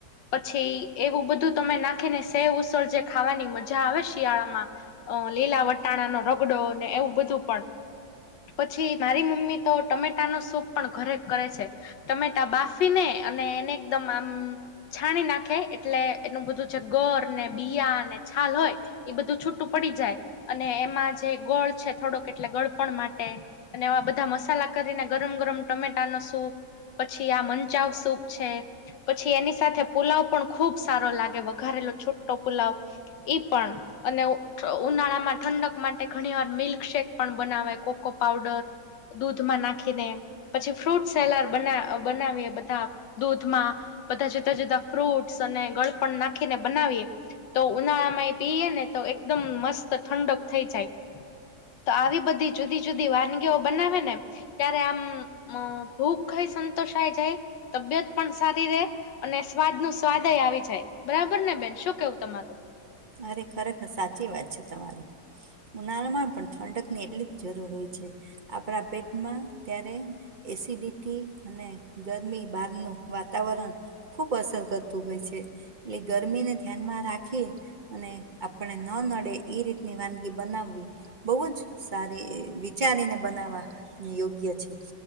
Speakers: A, on the left (about 80°); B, on the right (about 30°).
A: પછી એવું બધું તમે નાખી ને સેવઉસળ જે ખાવાની મજા આવે શિયાળામાં. અ લીલા વટાણાનો રગડો ને એવું બધું પણ પછી મારી <unintelligible> ની તો ટમેટા નો સૂપ પણ ઘરે કરે છે. ટમેટા બાફીને અને એને એકદમ આમ છાણી નાખે એટલે એનું બધું. ગોર ને બીયા ને છાલ હોય. એ બધું છૂટું પડી જાય અને એમાં જે ગોળ છે, થોડોક એટલે ગળપણ માટે. અને એવા બધા મસાલા કરીને ગરમ ગરમ ટમેટા નુ સૂપ. પછી આ મંચાવસૂપ છે પછી એની સાથે પુલાવ પણ ખુબ સારો લાગે વઘારેલો છુટો પુલાવ ઈ પણ અને ઉનાળા માં ઠંડક માટે ઘણી વાર મિલ્કશેેક પણ બનાવાય કો કો પાવડર દૂધમાં નાખીને પછી ફ્રૂટ સલા બના બનાવીએ બધા દૂધમાં બધા જુદા જુદા ફ્રૂટસ અને ગળપણ નાખીને બનાવીએ. તો ઉનાળામાં એ પીએ ને તો એકદમ મસ્ત ઠંડક થઈ જાય. તો આવી બધી જુદી-જુદી વાનગીઓ બનાવે ને ત્યારે આમ ભૂખ સંતોષાય જાય તબિયત પણ સારી રે. અને સ્વાદ ન સ્વાદય આવી જાય બરાબર ને બેન શું કેવું તમારું.
B: અરે ખરેખર સાચી વાત છે તમારી ઉનાળામાં પણ ઠંડક ની એટલી જરૂર હોય છે આપણા પેટમાં ત્યારે એસિડિટી અને ગરમી બહારનું વાતાવરણ. ખૂબ અસર કરતું હોય છે એટલે ગરમીને ધ્યાનમાં રાખી. અને આપણે ન નડે એ રીતની વાનગી બનાવવી બહુ જ. સારી વિચારીને બનાવવા યોગ્ય છે